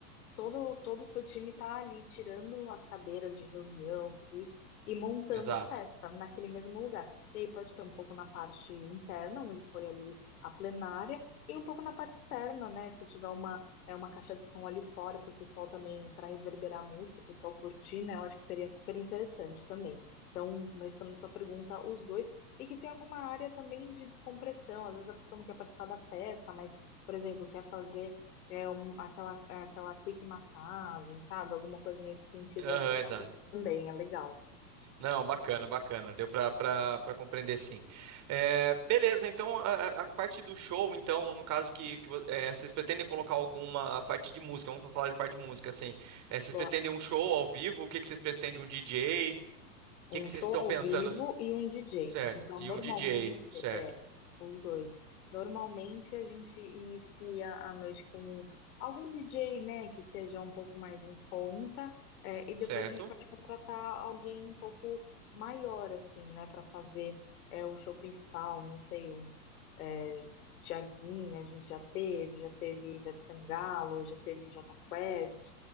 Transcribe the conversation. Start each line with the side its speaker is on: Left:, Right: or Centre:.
Left: todo, todo o seu time está ali tirando as cadeiras de reunião, tudo isso, e montando
Right: exato.
Left: a festa naquele mesmo lugar. E aí pode ter um pouco na parte interna, onde foi ali a plenária, e um pouco na parte externa, né? Se tiver uma, é uma caixa de som ali fora para o pessoal também, para reverberar a música, o pessoal curtir, né? Eu acho que seria super interessante também. Então, respondendo sua pergunta, os dois, e que tem alguma área também de descompressão. Às vezes a pessoa não quer participar da festa, mas, por exemplo, quer fazer é um- aquela, é aquela quick massagem, sabe? Alguma coisa nesse sentido,
Right: Aham,
Left: eu acho que pode
Right: exato.
Left: ser também, é legal.
Right: Não, bacana, bacana. Deu para para compreender sim. É, beleza, então a, a- parte do show, então, no caso que, que vo- é, vocês pretendem colocar alguma parte de música, vamos falar de parte de música, assim. É, vocês
Left: Gosto.
Right: pretendem um show ao vivo? O que, que vocês pretendem? Um DJ? O
Left: Um
Right: que, que
Left: show
Right: vocês estão
Left: ao
Right: pensando?
Left: vivo e um DJ.
Right: Certo.
Left: Então,
Right: E
Left: normalmente,
Right: um DJ, certo,
Left: é, os dois. Normalmente a gente inicia a noite com algum DJ, né, que seja um pouco mais em conta, é, e depois
Right: certo.
Left: a gente pode contratar alguém um pouco maior, assim, né, para fazer é, o show principal. Não sei, um é, Tiaguinho, a gente já teve, já teve Ivete Sangalo, já teve Jota Quest,